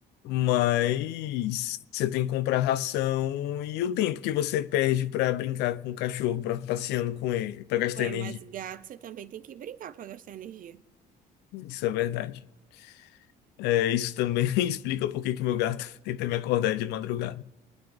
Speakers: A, on the left; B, on the right.
A: Mas você tem que comprar ração e o tempo que você perde para brincar com o cachorro, para passeando com ele, para gastar
B: Ué,
A: energia.
B: mas gato você também tem que brincar para gastar energia.
A: Isso é verdade. É, isso também <laughs> explica por que que meu gato <laughs> tenta me acordar de madrugada.